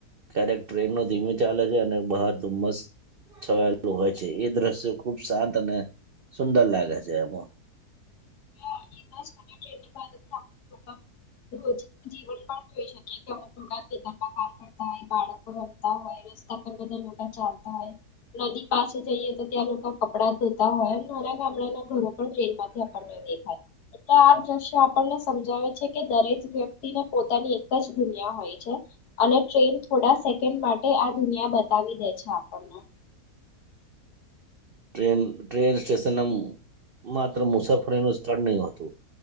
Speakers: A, on the right; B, on the left.
A: ક્યારેક ટ્રેન નો ધીમે ચાલે છે અને બહાર ધુમ્મસ છવાયેલું હોય છે, એ દ્રશ્ય ખૂબ શાંત અને સુંદર લાગે છે એમાં
B: એના છેને ટ્રેનની બારેથી આપણે લોકો રોજ, જીવન પણ જોઈ શકીએ, કે મોટો <unintelligible> ખેતરમાં કામ કરતા હોય, બાળકો રમતા હોય, રસ્તા પર બધા ચાલતા હોય, નદી પાસે જઈએ તો ત્યાં લોકો કપડા ધોતા હોય, અને ગામડાના ઘણું પણ ટ્રેનમાંથી આપણને દેખાય. એટલે આ દ્રશ્ય આપણને સમજાવે છે, કે દરેક વ્યક્તિને પોતાની એક જ દુનિયા હોય છે, અને ટ્રેન થોડા સેકન્ડ માટે આ દુનિયા બતાવી દે છે આપણને.
A: ટ્રેન, ટ્રેન સ્ટેશન આમ માત્ર મુસાફરીનું સ્થળ નહી હોતું,